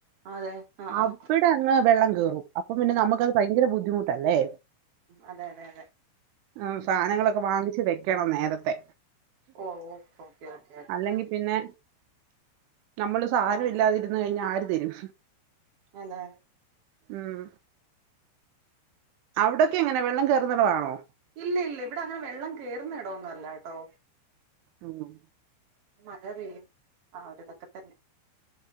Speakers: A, on the right; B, on the right.
A: അതെ ആഹ്
B: അവിടെ
A: ആഹ്
B: അങ്ങ് വെള്ളം കേറും അപ്പം പിന്നെ നമുക്കത് ഭയങ്കര ബുദ്ധിമുട്ടല്ലേ
A: അതെ അതെ അതെ
B: ഉം സാനങ്ങളൊക്കെ വാങ്ങിച്ച് വെക്കണം നേരത്തെ
A: ഓ ഓ ഓക്കേ ഓക്കേ ഓക്കെ
B: അല്ലെങ്കിൽ പിന്നെ നമ്മള് സാധനം ഇല്ലാതിരുന്ന് കഴിഞ്ഞാ ആര് തരും
A: അതെ
B: ഉം ഔടൊക്കെ എങ്ങനെ വെള്ളം കേറുന്നടവാണോ
A: ഇല്ല ഇല്ല ഇവിടെ അങ്ങനെ വെള്ളം കേറുന്ന ഇടോന്നല്ല കേട്ടോ
B: ഉം
A: മഴ പെയ്യും ആ ഒര് തൊക്കെ തന്നെ